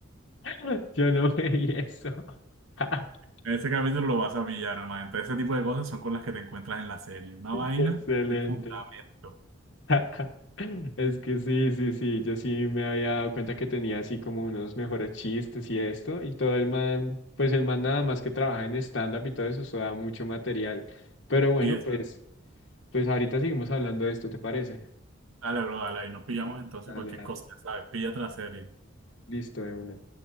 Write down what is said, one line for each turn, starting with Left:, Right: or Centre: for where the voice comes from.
Left: <laughs> Yo no veía eso. <laughs>
Right: En ese capítulo lo vas a pillar, hermano. Entonces, ese tipo de cosas son con las que te encuentras en la serie. Una vaina
Left: Qué excelente.
Right: de fundamento.
Left: <laughs> Es que sí, sí, sí, yo sí me había dado cuenta que tenía así como unos mejores chistes y esto, y todo el man, pues el man nada más que trabaja en stand-up y todo eso, eso da mucho material. Pero bueno,
Right: Y esa.
Left: pues, pues ahorita seguimos hablando de esto, ¿te parece?
Right: Dale, bro, dale, ahí nos pillamos entonces
Left: Dale,
Right: cualquier
Left: dale.
Right: cosa, ya sabes, píllate la serie.
Left: Listo, de una.